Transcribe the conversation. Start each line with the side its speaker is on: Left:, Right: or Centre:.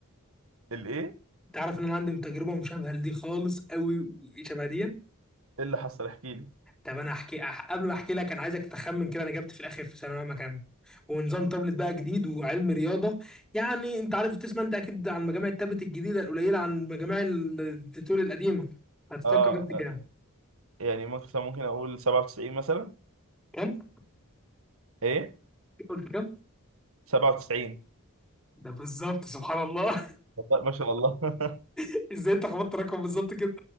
Right: الايه إيه
Centre: تعرف ان انا عندي تجربه مشابهه لدي خالص قوي شبه دي
Right: اللي حصل احكي لي
Centre: طب انا احكي أح... قبل ما احكي لك انا عايزك تخمن كده انا جبت في الاخر في ثانويه عامه كام ونظام تابلت بقى جديد وعلم رياضه يعني انت عارف تسمع انت اكيد عن مجامع التابلت الجديده القليله عن مجامع ال- التتول القديمه هتتوقع
Right: اه
Centre: جبت كام
Right: آه، يعني مثلا ممكن اقول 97 مثلا
Centre: كام
Right: ايه
Centre: قلت كام
Right: 97
Centre: ده بالظبط سبحان الله
Right: والله ما شاء الله <laughs>
Centre: <laughs> ازاي انت خبطت الرقم بالظبط كده